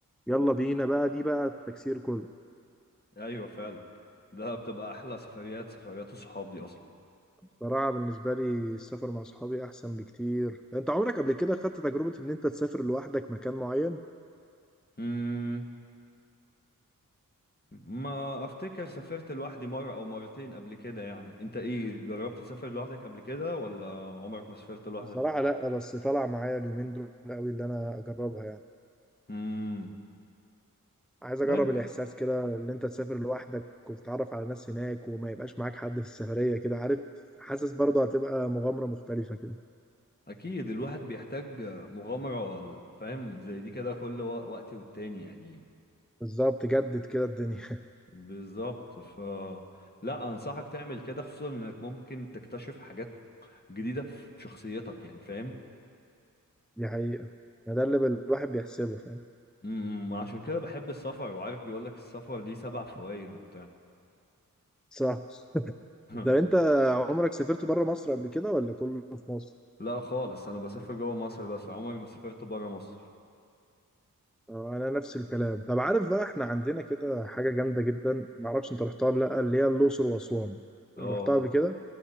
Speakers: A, in the centre; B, on the left.
A: يلا بينا بقى دي بقى التكسير كله
B: ايوه فعلا ده بتبقى احلى سفريات سفريات الصحاب دي اصلا
A: بصراحة بالنسبة لي السفر مع اصحابي احسن بكتير انت عمرك قبل كده خدت تجربة ان انت تسافر لوحدك مكان معين
B: امم ما افتكر سافرت لوحدي مره او مرتين قبل كده يعني انت ايه جربت تسافر لوحدك قبل كده ولا عمرك ما سافرت لوحدك
A: بصراحة لا بس طلع معايا اليومين دول قوي اللي انا اجربها يعني
B: امم
A: عايز اجرب
B: ماشي
A: الاحساس كده ان انت تسافر لوحدك وتتعرف على ناس هناك وما يبقاش معاك حد في السفرية كده عارف حاسس برضه هتبقى مغامرة مختلفة كده
B: اكيد الواحد بيحتاج مغامره فاهم زي دي كده كل و- وقت والتاني يعني
A: بالظبط جدد كده الدنيا
B: بالظبط ف لا انصحك تعمل كده خصوصا انك ممكن تكتشف حاجات جديده في شخصيتك يعني فاهم
A: <laughs> دي حقيقة ما ده اللي الواحد بيحسبه فاهم
B: امم عشان كده بحب السفر وعارف بيقولك السفر ليه سبع فوائد وبتاع
A: صح <laughs>
B: <laughs>
A: ده انت عمرك سافرت بره مصر قبل كده ولا كله في مصر
B: لا خالص انا بسافر جوه مصر بس عمري ما سافرت بره مصر
A: آه، انا نفس الكلام طب عارف بقى احنا عندنا كده حاجة جامدة جدا ما اعرفش انت رحتها ولا لا اللي هي الاقصر واسوان
B: اه
A: رحتها قبل كده